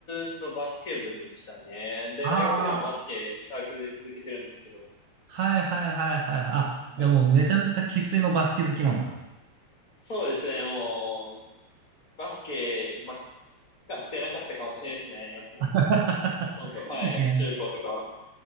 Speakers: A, on the left; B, on the right.
A: ーっとバスケ部でしたね。で、
B: あ
A: 大学でもバスケサークルで続けてるんですけど。
B: あー、はいはいはいはい。あ、
A: ね
B: じゃあもうめちゃめちゃ生粋のバスケ好きなんだ。
A: そうですね、もう、バスケばっかしてなかったかもしれないですね。もう、
B: <laughs>
A: ほとんど、はい。
B: いや、
A: 中高とかは。